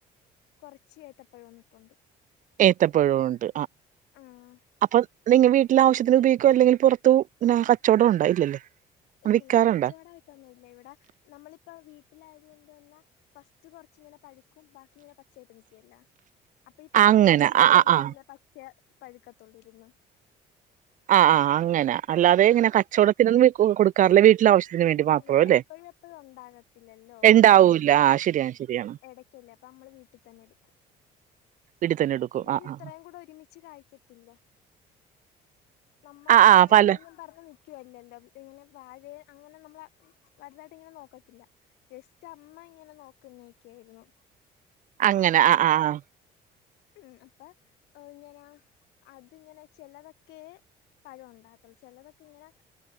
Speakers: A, on the left (about 85°); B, on the right (about 50°).
A: കൊറച്ച് ഏത്തപ്പഴും നിപ്പുണ്ട്.
B: ഏത്തപ്പഴം ഉണ്ട്
A: ആഹ്
B: അപ്പം നിങ്ങ വീ ട്ടില് ആവശ്യത്തിന് ഉപയോഗിക്കാ അല്ലെങ്കിൽ പുറത്തു കച്ചവട പിന്നെ ഉണ്ടോ ഇല്ലല്ലേ.
A: ഇല്ലല്ല
B: വിൽക്കാറുണ്ടോ
A: കച്ചോടായിട്ടൊന്നുല്ല ഇവടെ നമ്മൾ ഇപ്പോ വീട്ടിൽ ആയതുകൊണ്ട് തന്നെ ഫസ്റ്റ് കൊറച്ച്ങ്ങനെ പഴുക്കും ബാക്കി ഇങ്ങനെ പച്ചയായിട്ട് നിൽക്കുവല്ലോ അപ്പോ ഈ പഴുത്തത്
B: അങ്ങനെ
A: കഴിച്ച്
B: ആ
A: തീരുമ്പോത്തിനും
B: ആ ആ
A: പച്ച പഴുക്കത്തൊള്ളു ഇരുന്ന്.
B: ആ ആ ആ അങ്ങനെ. അല്ലാതെ ഇങ്ങനെ കച്ചോടത്തിനൊന്നും വെക്കു ക്കും കൊടുക്കാറില്ലേ വി വീട്ടിലെ ആവശ്യത്തിന് വേണ്ടി
A: ഇല്ലില്ല
B: മാത്രം അല്ലേ
A: എപ്പയും എപ്പയും ഉണ്ടാകത്തില്ലല്ലോ
B: ഉണ്ടാവൂല്ല
A: ഇത്.
B: ആ ശരിയാണ് ശരിയാണ്
A: എടക്കല്ലേ അപ്പം നമ്മൾ വീട്ടിൽ തന്നെ എടുക്കും.
B: വീട്ടിൽ തന്നെ എടുക്കും
A: പിന്നെ
B: ആ
A: ഇത് ഇത്രയും
B: ആ
A: കൂടെ ഒരുമിച്ച് കായ്ക്കത്തില്ല. നമ്മള്
B: ആ ആ ആ,
A: അതും
B: പല
A: ഇതും പറഞ്ഞു നിൽക്കുവല്ലല്ലോ ഇവിടെങ്ങനെ പാല് അങ്ങനെ നമ്മള് വലുതായിട്ട് ഇങ്ങനെ നോക്കത്തില്ല ജസ്റ്റ്‌ അമ്മയിങ്ങനെ നോക്കുന്നെക്കെയുള്ളു.
B: അങ്ങനെ അ ആ ആ.
A: ഉം അപ്പം ഇങ്ങനെ അത് ഇങ്ങനെ ചിലതൊക്കെ പയം ഉണ്ടാകത്തൊള്ളൂ ചെലത് ഇങ്ങനെ